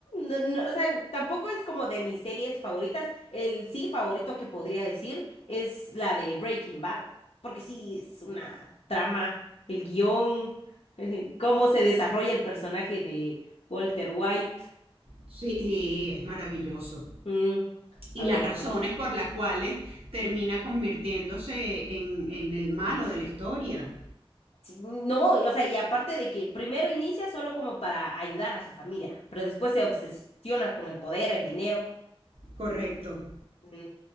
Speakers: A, on the left; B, on the right.
A: no, no, o sea, tampoco es como de mis series favoritas. El sí favorito que podría decir es la de Breaking Bad, porque sí es una trama, el guión, <laughs> cómo se desarrolla el personaje de Walter White.
B: Sí, y es maravilloso.
A: Mm,
B: Y
A: a
B: las
A: ver,
B: razones
A: un-
B: por las cuales termina convirtiéndose en, en el malo de la historia.
A: sí, no, o sea, y aparte de que primero inicia solo como para ayudar a su familia, pero después se obsesiona con el poder, el dinero.
B: Correcto.
A: Mm,